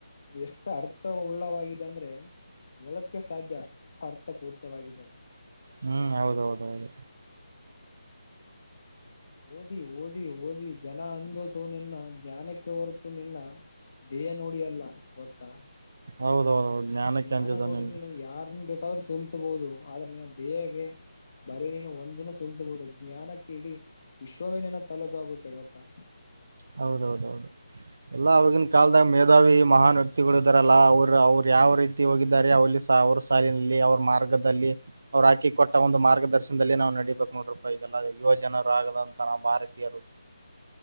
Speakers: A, on the left; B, on the right.
A: ಅದು ಎಷ್ಟು ಅರ್ಥ ಉಳ್ಳವಾಗಿದೆ ಅಂದ್ರೆ ಹೇಳಕ್ಕೆ ಸಾಧ್ಯ ಅಷ್ಟು ಅರ್ಥ ಪೂರ್ತಿ ವಾಗಿದ್ದದು
B: ಹ್ಮ್ ಹೌದೌದ ಹೌದು
A: ಓದಿ ಓದಿ ಓದಿ ಜನ ಅಂದತು ನಿನ್ನ ಜ್ಞಾನಕ್ಕೆ ಹೊರತು ನಿನ್ನ ದೇಹ ನೋಡಿ ಅಲ್ಲ ಗೊತ್ತಾ
B: ಹೌದೌದೌದು ಜ್ಞಾನಕ್ಕೆ
A: ಜ್ಞಾನ
B: ಅಂಜದ
A: ನೋಡಿ
B: ನಿಮ್ಗೆ
A: ನೀನು ಯಾರ್ನ್ ಬೇಕಾದ್ರೂ ಸೋಲಿಸಬಹುದು ಆದ್ರೆ ನೀನ ದೇಹಗೆ ಬರೀ ನೀನು ಒಂದಿನ ಸುಲ್ಸಬಹುದು ಜ್ಞಾನಕ್ಕೆ ಇಡೀ ವಿಶ್ವವೇನೇನ ತಲೆಬ ಆಗುತ್ತೆ ಗೊತ್ತಾ
B: ಹೌದೌದೌದು ಎಲ್ಲಾ ಅವವಾಗಿನ್ ಕಾಲಲ್ದ ಮೇಧಾವಿ ಮಹಾನ್ ವ್ಯಕ್ತಿಗಳು ಇದಾರಲ್ಲ ಅವರು ಅವ್ರು ಯಾವ ರೀತಿ ಹೋಗಿದ್ದಾರೆ ಅವಲ್ಲಿ ಅವ್ರ ಸಾಲಿನಲ್ಲಿ ಅವ್ರ ಮಾರ್ಗದಲ್ಲಿ ಅವ್ರು ಹಾಕಿ ಕೊಟ್ಟ ಒಂದು ಮಾರ್ಗದರ್ಶನದಲ್ಲಿ ನಾವು ನಡೀಬೇಕಕ್ ನೋಡ್ರಪ್ಪ ಈಗ ಎಲ್ಲ ಯುವಜನರು ಆಗದಂತ ನ ಭಾರತೀಯರು